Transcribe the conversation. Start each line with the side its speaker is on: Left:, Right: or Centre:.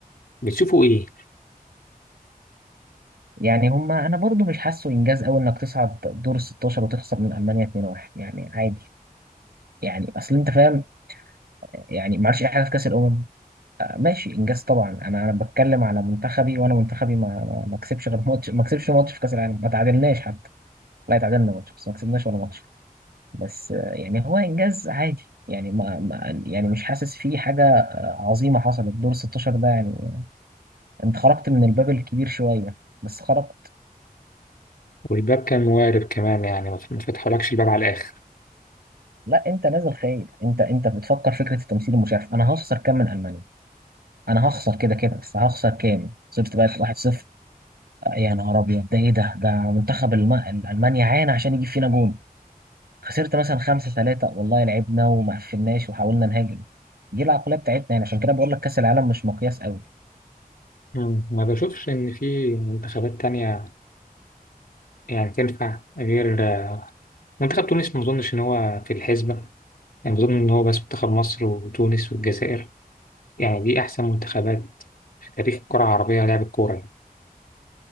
Left: بتشوفوا إيه؟
Right: يعني هما انا برضو مش حاسه انجاز قوي انك تصعد دور ال 16 وتخسر من المانيا 2-1 يعني عادي يعني اصل انت فاهم يعني ما عملش اي حاجه في كاس الامم آه، ماشي انجاز طبعا انا انا بتكلم على منتخبي وانا منتخبي ما ما ما كسبش غير ماتش ما كسبش ماتش في كاس العالم ما تعادلناش حتى لا تعادلنا ماتش بس ما كسبناش ولا ماتش بس آه، يعني هو انجاز عادي يعني ما ما- يعني مش حاسس فيه حاجه آه، عظيمه حصلت دور 16 ده يعني انت خرجت من الباب الكبير شويه بس خرجت
Left: والباب كان موارب كمان يعني ما ما فتحولكش الباب على الآخر
Right: لا انت نازل خايف انت انت بتفكر فكره التمثيل المشرف انا هخسر كام من المانيا انا هخسر كده كده بس هخسر كام خسرت بقى 1-0 يا نهار ابيض ده ايه ده ده منتخب الم... المانيا عانى عشان يجيب فينا جون خسرت مثلا خمسة ثلاثة والله لعبنا وما قفلناش وحاولنا نهاجم دي العقلية بتاعتنا يعني عشان كده بقول لك كأس العالم مش مقياس قوي
Left: مم. ما بشوفش إن في منتخبات تانية يعني تنفع غير منتخب تونس ما أظنش إن هو في الحسبة يعني بظن إن هو بس منتخب مصر وتونس والجزائر يعني دي أحسن منتخبات في تاريخ الكرة العربية لعب الكورة يعني